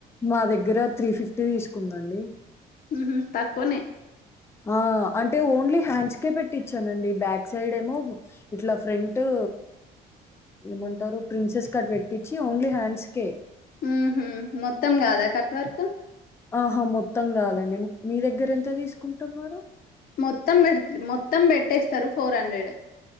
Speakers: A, on the left; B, on the left.
A: మా దగ్గర త్రీ ఫిఫ్టీ తీసుకుందండి.
B: ఉహు తక్క్వనే.
A: ఆ అంటే ఓన్లీ హ్యాండ్స్కే పెట్టిచ్ఛానండి. బ్యాక్ సైడ్ ఏమో ఇట్ల ఫ్రంట్ ఓ ఏమంటారు ప్రిన్సెస్ కట్ పెట్టించి, ఓన్లీ హ్యాండ్స్ కే.
B: మ్హు మొత్తం కాదా కట్వర్క్?
A: ఆహా మొత్తం కాదండి మీ దగ్గర ఎంత తీసుకుంటున్నారు?
B: మొత్తం పెడుతు మొత్తం పెట్టేస్తారు ఫోర్ హండ్రెడ్